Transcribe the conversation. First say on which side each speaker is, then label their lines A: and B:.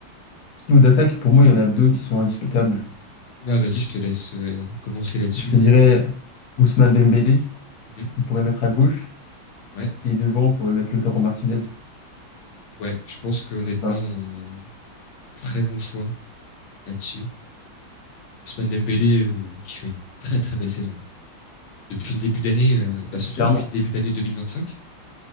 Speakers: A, on the left (about 60°); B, on the left (about 80°).
A: Sinon, d'attaque, pour moi, il y en a deux qui sont indiscutables.
B: Bah, vas-y, je te laisse euh, commencer là-dessus.
A: Je te dirais Ousmane Dembélé
B: Mhm.
A: On pourrait mettre à gauche
B: Ouais.
A: et devant, on pourrait mettre Lautaro Martinez.
B: Ouais. Je pense que honnêtement,
A: Ça va,
B: euh, très bon choix là-dessus. Ousmane Dembélé, euh, qui fait une très très belle saison. depuis le début d'année, euh, bah, surtout
A: clairement,
B: depuis le début d'année 2025,